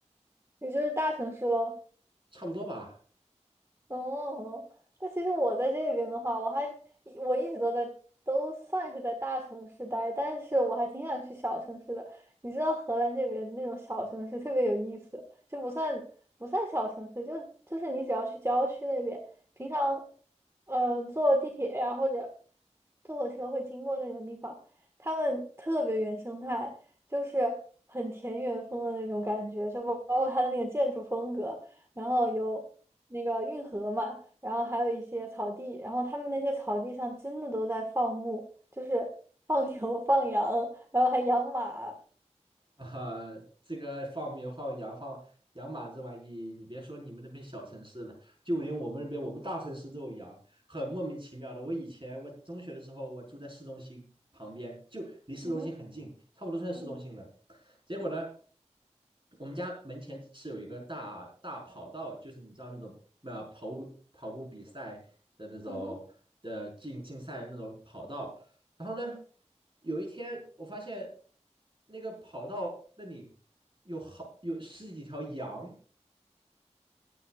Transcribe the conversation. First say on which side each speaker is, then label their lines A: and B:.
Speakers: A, on the right; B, on the right.
A: 也就是大城市喽。
B: 差不多吧。
A: 哦，但其实我在这边的话，我还我一直都在都算是在大城市待，但是我还挺想去小城市的。你知道荷兰这边那种小城市特别有意思，就不算不算小城市，就就是你只要去郊区那边，平常嗯、呃坐地铁呀、或者坐火车会经过那种地方，他们特别原生态，就是很田园风的那种感觉，就包包括它的那个建筑风格。然后有那个运河嘛，然后还有一些草地，然后他们那些草地上真的都在放牧，就是 <laughs> 放牛、放羊，然后还养马，
B: 啊，哈，这个放牛、放羊、放养马这玩意，你别说你们那边小城市了，就连我们那边我们大城市都有羊，很莫名其妙的。我以前我中学的时候，我住在市中心旁边，就离市中心很近，
A: 嗯哼，
B: 差不多算市中心了。
A: 嗯
B: 结果呢，我们家门前是有一个大大跑道，就是你知道那种啊、跑步跑步比赛的那种的竞竞赛的那种跑道，
A: 嗯哼，
B: 然后呢，有一天我发现那个跑道那里有好有十几条羊，